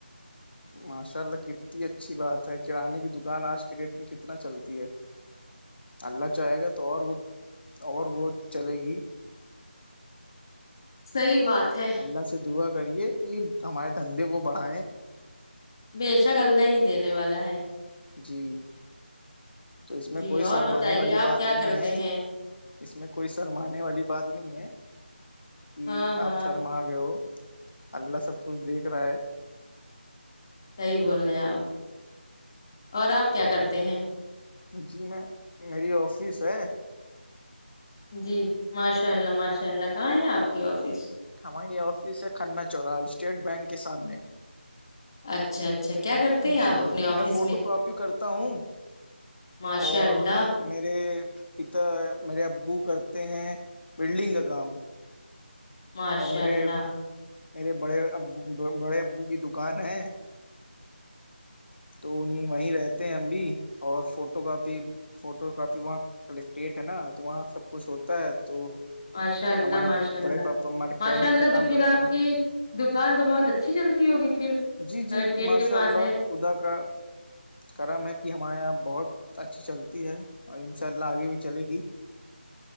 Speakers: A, on the left; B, on the left.
A: ماشاء اللہ کتنی اچھی بات ہے کرانے کی دکان آج کے ریٹ میں کتنا چلتی ہے اللہ چاہے گا تو اور وہ اور وہ چلے گی
B: صحیح بات ہے
A: اللہ سے دعا کریے یہ ہمارے دھندے کو بڑھیں
B: بے شک اللہ ہی دینے والا ہے
A: جی تو اس میں
B: جی
A: کوئی شرمانے
B: اور بتائیے
A: والی
B: آپ
A: بات
B: کیا
A: نہیں
B: کرتے
A: ہے
B: ہیں
A: اس میں کوئی شرمانے والی بات نہیں ہے کہ
B: ہاں ہاں
A: آپ شرما گئے ہو اللہ سب کچھ دیکھ رہا ہے
B: صحیح بول رہے ہیں آپ اور آپ کیا کرتے ہیں
A: جی میں میری آفس ہے
B: جی ماشاء اللہ ماشاء اللہ کہاں ہے آپ کی آفس
A: ہماری آفس ہے کھننا چورا ہے اسٹیٹ بینک کے سامنے
B: اچھا اچھا کیا کرتے ہیں
A: جی
B: آپ اپنے آفس
A: فوٹو
B: میں
A: کاپی کرتا ہوں
B: ماشاء
A: اور
B: اللہ
A: میرے پتا میرے ابو کرتے ہیں ولڈنگ کا کام
B: ماشاء
A: اور میرے
B: اللہ
A: میرے بڑے ابو بڑے ابو کی دکان ہے
B: <inaudible>
A: تو انہیں وہیں رہتے ہیں ہم بھی اور فوٹو کاپی فوٹو کاپی وہاں کلیکٹیٹ ہے نا تو وہاں سب کچھ ہوتا ہے تو
B: ماشاء اللہ
A: ہمارے
B: ماشاء اللہ
A: بڑے پاپا مکینک
B: ماشاء اللہ
A: کا کام
B: تو پھر
A: کرتے
B: آپ
A: ہیں
B: کی دکان تو بہت اچھی چلتی ہوگی پھر
A: جی
B: کلکٹریٹ
A: جی ماشاء
B: کے پاس
A: اللہ
B: ہے
A: خدا کا کرم ہے کہ ہمارے یہاں بہت اچھی چلتی ہے اور ان شاء اللہ آگے بھی چلے گی